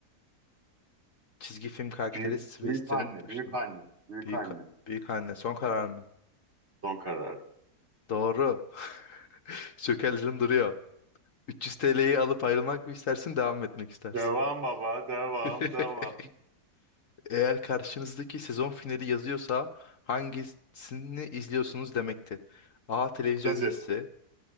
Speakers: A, on the left; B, on the right.
A: Çizgi film karakteri
B: Büyük,
A: Sylvester'in
B: büyük anne,
A: başına
B: büyük anne, büyük
A: Büyük,
B: anne.
A: büyük anne son karar mı?
B: Son karar.
A: Doğru. <laughs> Şökerlerin duruyor. 300 TL'yi alıp ayrılmak mı istersin devam mı etmek istersin?
B: Devam baba, devam,
A: <laughs>
B: devam.
A: Eğer karşınızdaki sezon finali yazıyorsa hangisini izliyorsunuz demektir. A. Televizyon
B: Dizi,
A: dizisi